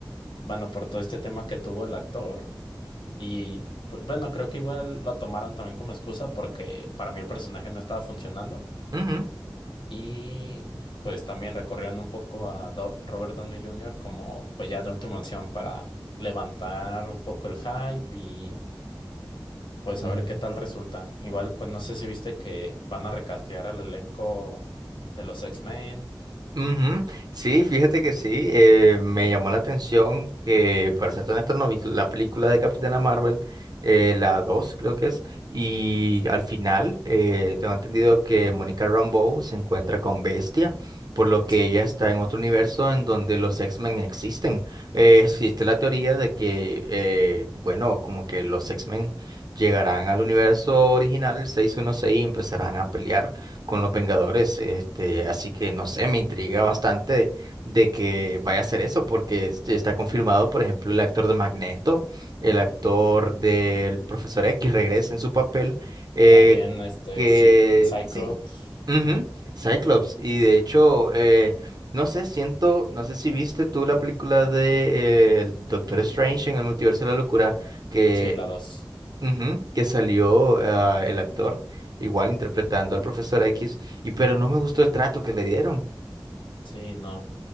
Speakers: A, on the left; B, on the right.
A: bueno, por todo este tema que tuvo el actor. Y, pues, bueno, creo que igual lo tomaron también como excusa porque para mí el personaje no estaba funcionando.
B: Ujú.
A: Y pues también recorrieron un poco a Do- Robert Downey Jr. como pues ya de última opción para levantar un poco el hype y pues
B: Ujú.
A: a ver qué tal resulta. Igual pues no sé si viste que van a recastear al elenco de los X-Men.
B: Ujú. Sí, fíjate que sí, eh, me llamó la atención que, para ser honesto, no vi la película de Capitana Marvel, eh, la 2 creo que es, y al final eh, tengo entendido que Monica Rambeau se encuentra con Bestia, por lo que
A: Sí,
B: ella está en otro universo en donde los X-Men existen. Eh, existe la teoría de que, eh, bueno, como que los X-Men llegarán al universo original, el 616, y empezarán a pelear con los Vengadores, este, así que no sé, me intriga bastante de que vaya a hacer eso, porque es- está confirmado, por ejemplo, el actor de Magneto, el actor del Profesor X regresa en su papel, eh,
A: también este
B: que
A: sí, Cyclops.
B: sí, ujú, Cyclops, y de hecho, eh, no sé, siento, no sé si viste tú la película de eh, el Doctor Strange en el Multiverso de la Locura, que
A: Sí, la dos.
B: Ujú, que salió ah, el actor, igual interpretando al profesor X, y pero no me gustó el trato que le dieron.
A: Sí, no.